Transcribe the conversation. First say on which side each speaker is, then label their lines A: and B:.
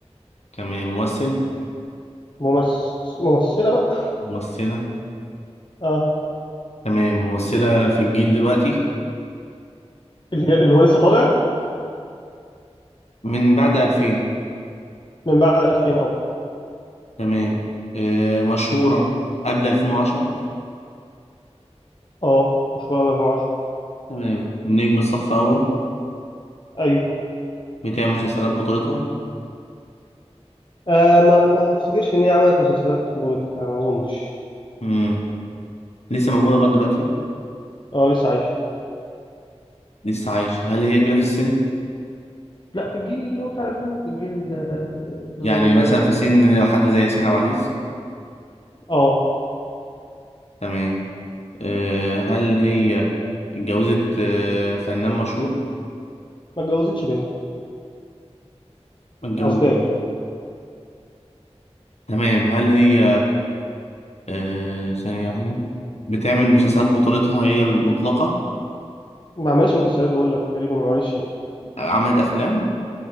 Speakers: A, on the left; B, on the left.
A: تمام ممثل
B: ممثل ممثله بقى
A: ممثلة
B: اه
A: تمام ممثلة في الجيل دلوقتي
B: اللي هي- اللي هو لسه طالع
A: من بعد 2000
B: من بعد 2000 اه
A: تمام آه، مشهورة قبل 2010
B: اه مشهورة أوي 2010
A: تمام نجم الصف أول
B: أيوه
A: بتعمل مسلسلات بطولتها
B: آه ما ما أفتكرش إن هي عملت مسلسلات بطولتها يعني ما أظنش
A: مم. لسه موجودة لغاية دلوقتي
B: اه لسه عايشة
A: لسه عايشة هل هي كبيرة في السن؟
B: لا في الجيل اللي هو بتاع الألفينات الجيل ال- ال-
A: يعني مثلا
B: ال-
A: في سن حد زي ياسمين عبد العزيز
B: اه
A: تمام آه، هل هي اتجوزت آه، فنان مشهور؟
B: ما اتجوزتش باين
A: ما اتجوزتش
B: أسباب
A: تمام هل هي آه ثانية واحدة بتعمل مسلسلات بطولتها هي المطلقة
B: ما عملتش مسلسلات بقول لك تقريبا ما عملتش يعني
A: عملت أفلام